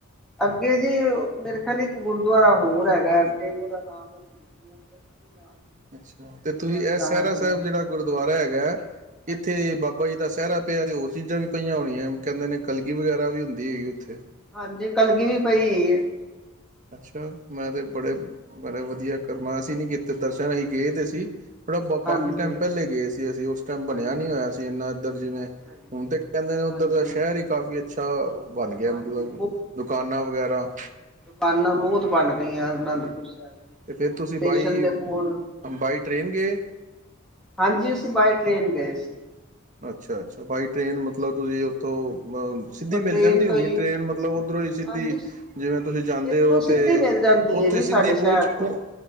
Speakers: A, in the centre; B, on the right.
A: ਅੱਗੇ ਜੀ ਮੇਰੇ ਖਿਆਲ ਇੱਕ ਗੁਰਦੁਆਰਾ ਹੋਰ ਹੈਗਾ ਅੱਗੇ ਉਹਦਾ ਨਾਮ ਹੈ ਕੀ ਨਾਲ ਸੀ
B: ਅੱਛਾ ਤੇ
A: ਗੁਰਦੁਆਰੇ
B: ਤੁਸੀਂ ਇਹ
A: ਦਾ
B: ਸੇਹਰਾ
A: ਹਾਂਜੀ
B: ਸਾਹਿਬ ਜਿਹੜਾ ਗੁਰਦੁਆਰਾ ਹੈਗਾ
A: ਹਾਂਜੀ
B: ਇੱਥੇ ਬਾਬਾ ਜੀ ਦਾ ਸੇਹਰਾ ਪਿਆ ਤੇ ਹੋਰ ਚੀਜ਼ਾਂ ਵੀ ਪਈਆਂ ਹੋਣੀਆਂ ਕਹਿੰਦੇ ਨੇ ਕਲਗੀ ਵਗੈਰਾ ਵੀ ਹੁੰਦੀ ਹੈਗੀ ਉੱਥੇ
A: ਹਾਂਜੀ ਕਲਗੀ ਵੀ ਪਈ।
B: ਅੱਛਾ ਮੈਂ ਤੇ ਬੜੇ ਬੜਾ ਵਧੀਆ ਕਰਮਾਨ ਸੀ
A: ਹਾਂਜੀ
B: ਨ ਕਿਤੇ ਦਰਸ਼ਨ
A: ਬਹੁਤ ਸੋਹਣਾ
B: ਅਸੀਂ ਗਏ ਤੇ ਸੀ। ਬੜਾ ਕਾਫੀ
A: ਹਾਂਜੀ
B: ਟਾਈਮ ਪਹਿਲੇ ਗਏ ਸੀ ਅਸੀਂ ਉਸ ਟਾਈਮ ਬਣਿਆ
A: ਹਾਂਜੀ
B: ਨ ਹੋਇਆ ਸੀ ਇੰਨਾ ਇੱਧਰ ਜਿਵੇਂ।
A: ਅੱਛਾ ਜੀ
B: ਹੁਣ ਤੇ ਕਹਿੰਦੇ ਨੇ ਉੱਧਰ
A: ਹਾਂਜੀ
B: ਦਾ ਸ਼ਹਿਰ ਹੀ ਕਾਫੀ ਅੱਛਾ। ਅੱਛਾ ਬਣ ਗਿਆ
A: ਹਾਂਜੀ
B: ਮਤਲਬ ਦੁਕਾਨਾਂ ਵਗੈਰਾ।
A: ਬਾਨਾਂ ਬਹੁਤ ਬਣ ਗਈਆਂ ਅਨੰਦਪੁਰ ਸਾਹਿਬ। ਦੀ।
B: ਅਤੇ ਫਿਰ ਤੁਸੀਂ
A: ਸਟੇਸ਼ਨ
B: ਬਾਈ
A: ਦੇ ਕੋਲ
B: ਬਾਈ ਟਰੇਨ ਗਏ।
A: ਹਾਂਜੀ, ਅਸੀਂ ਬਾਏ ਟ੍ਰੇਨ ਗਏ ਸੀ।
B: ਅੱਛਾ, ਅੱਛਾ ਬਾਈਟ ਟ੍ਰੇਨ
A: ਹਾਂਜੀ
B: ਮਤਲਬ ਤੁਸੀਂ ਉੱਥੋਂ
A: ਉੱਥੋਂ
B: ਸਿੱਧੀ
A: ਟ੍ਰੇਨ
B: ਮਿਲ ਜਾਂਦੀ
A: ਤੋਂ
B: ਹੋਣੀ
A: ਹੀ
B: ਟ੍ਰੇਨ ਮਤਲਬ ਉੱਧਰੋਂ ਹੀ ਸਿੱਧੀ।
A: ਹਾਂਜੀ
B: ਜਿਵੇਂ ਤੁਸੀਂ ਜਾਂਦੇ
A: ਇੱਥੋਂ
B: ਹੋ
A: ਸਿੱਧੀ
B: ਤੇ
A: ਮਿਲ ਜਾਂਦੀ
B: ਉੱਥੇ
A: ਹੈ ਜੀ
B: ਸਿੱਧੀ
A: ਸਾਡੇ
B: ਪਹੁੰਚ
A: ਸ਼ਹਿਰ ਤੋਂ
B: ਪਹ